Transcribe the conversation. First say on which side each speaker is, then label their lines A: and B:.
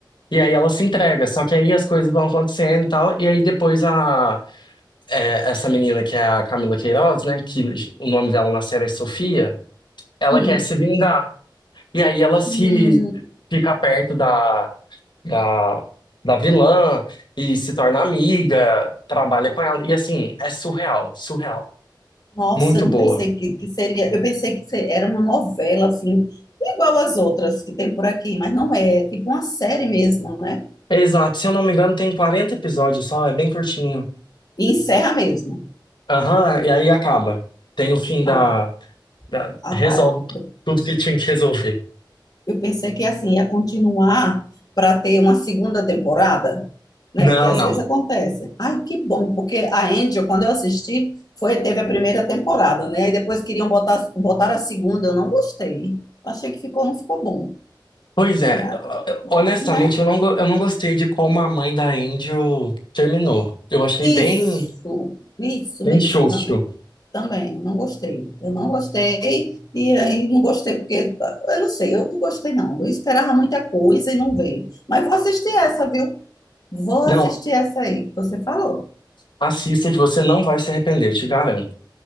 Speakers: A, on the left (about 65°); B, on the left (about 50°).
A: E aí ela se entrega, só que aí as coisas vão acontecendo e tal, e aí depois a é, essa menina que é a Camila Queiroz, né? Que o nome dela na série é Sofia. Ela
B: Hum,
A: quer se vingar. E aí ela se
B: hum.
A: fica perto da, da, da vilã e se torna amiga, trabalha com ela. E assim, é surreal, surreal.
B: Nossa,
A: Muito
B: eu não
A: boa.
B: pensei que, que seria. Eu pensei que se- era uma novela, assim, igual as outras que tem por aqui, mas não é. é Tipo uma série mesmo, né?
A: Exato, se eu não me engano, tem 40 episódios só, é bem curtinho.
B: E encerra mesmo.
A: Aham, e aí acaba. Tem o fim da,
B: Ah,
A: da-
B: ah
A: Resolve
B: tá. Eu,
A: tudo que tinha que resolver.
B: eu pensei que, assim, ia continuar para ter uma segunda temporada, né?
A: Não,
B: Porque às
A: não.
B: vezes acontece. Ai, que bom, porque a Angel, quando eu assisti, foi, teve a primeira temporada, né? Aí depois queriam botar, botar a segunda, eu não gostei. Achei que ficou, não ficou bom.
A: Pois é,
B: E a-
A: honestamente,
B: né?
A: eu não, go- eu não gostei de como a mãe da Angel terminou. Eu achei
B: Isso,
A: bem,
B: isso
A: bem
B: mesmo,
A: xoxo.
B: também. Também, eu não gostei. Eu não gostei, e aí não gostei porque, eu não sei, eu não gostei não. Eu esperava muita coisa e não veio. Mas vou assistir essa, viu? Vou
A: Não,
B: assistir essa aí que você falou.
A: assista que você não vai se arrepender, eu te garanto.